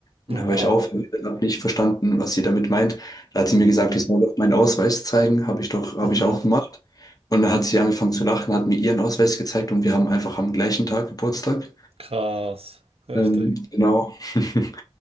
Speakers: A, on the left; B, on the right.
A: Und
B: Oha.
A: dann war ich auf, habe nicht verstanden, was sie damit meint. Da hat sie mir gesagt, ich soll doch meinen Ausweis zeigen. Habe ich doch, habe
B: Mhm.
A: ich auch gemacht. Und dann hat sie angefangen zu lachen, hat mir ihren Ausweis gezeigt und wir haben einfach am gleichen Tag Geburtstag.
B: Krass. Heftig.
A: Ähm, genau. <laughs>